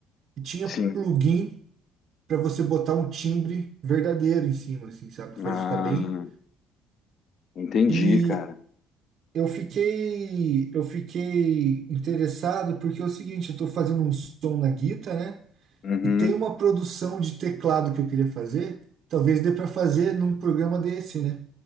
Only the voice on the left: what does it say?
sim.
Ah,
entendi,
cara.
Uhum.